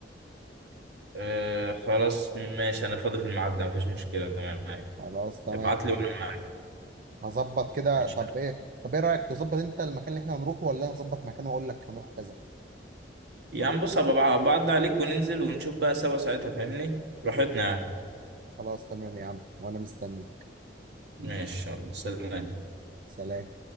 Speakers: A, on the right (about 65°); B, on the right (about 50°).
A: آه خلاص ماشي انا فاضي في الميعاد ده مفيش مشكلة تمام
B: خلاص تمام
A: ابعت لي وانا معاك
B: هظبط كده
A: ماشي
B: طب ايه طب ايه رايك تظبط انت المكان اللي احنا هنروحه ولا انا اظبط مكان واقول لك هنروح كذا
A: يعني بص هبقى بعد عليك وننزل ونشوف بقى سوا ساعتها فاهمني براحتنا يعني
B: خلاص تمام يا عم وانا مستنيك
A: ماشي يلا، سلام
B: سلام